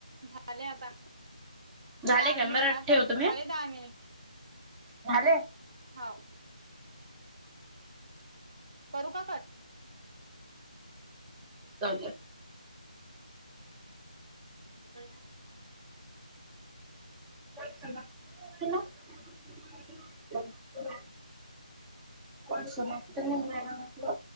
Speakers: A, on the right; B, in the centre.
A: झाले आता
B: झाले
A: दहा
B: काय
A: मिनिट
B: बरं
A: वर आले
B: ठेवतो मी.
A: झाले दहा मिनिट
B: झाले
A: हो करू का कट
B: अ
A: इ ना
B: <inaudible> कोणस मगत नाही म्हला म्हटलं